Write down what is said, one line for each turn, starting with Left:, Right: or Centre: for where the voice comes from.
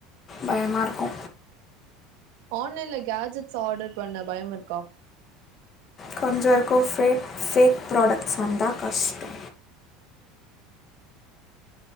Left: பயமா இருக்கு
Right: ஆன்லைன்ல கேஜெட்ஸ் ஆடர் பண்ண பயம் இருக்கா
Left: கொஞ்சோ இருக்கோ ஃபேக் ஃபேக் ப்ராடெக்ட்ஸ் வந்தா கஷ்ட்டோ